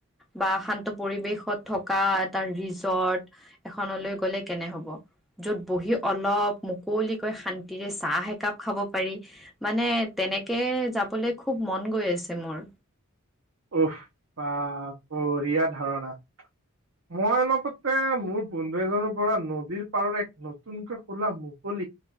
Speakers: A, in the centre; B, on the right.
A: বা শান্ত পৰিবেশত থকা এটা ৰিজৰ্ট এখনলৈ গলে কেনে হ'ব? যত বহি অলপ মুকলিকৈ শান্তিৰে চাহ একাপ খাব পাৰি। মানে তেনেকে যাবলৈ খুব মন গৈ আছে মোৰ।
B: উফ্ বাহ বঢ়িয়া ধাৰণা। মই অলপতে মোৰ বন্ধু এজনৰ পৰা নদীৰ পাৰৰ এক নতুনকৈ খোলা মুকো